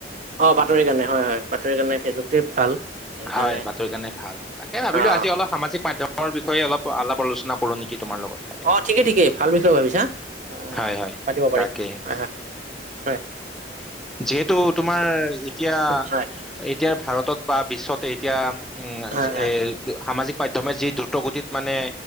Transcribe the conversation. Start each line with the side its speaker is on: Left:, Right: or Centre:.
Right: অ বাতৰি কাৰণে হয় হয় বাতৰি কাৰণে ফেচবুকটোৱে ভাল। সেইকাৰণে
Centre: হয় বাতৰি কাৰণে ভাল তাকে ভাবিলো
Right: অ'
Centre: আজি অলপ সামাজিক মাধ্যম। ত বিষয়ে অলপ আলাপ আলোচনা কৰো নেকি তোমাৰ লগত। তাকে
Right: অ ঠিকেই ঠিকেই ভাল বিষয়ে ভাবিছা অ
Centre: হয় হয়
Right: পাতিব পাৰি
Centre: তাকে
Right: হয় হয়। হয়।
Centre: যিহেতু তোমাৰ এতিয়া,
Right: হয় হয়
Centre: এতিয়া ভাৰতত বা বিশ্বত এতিয়া উম
Right: হয়
Centre: এ, সামাজিক মাধ্যমে যি দ্ৰুত গতিত মানে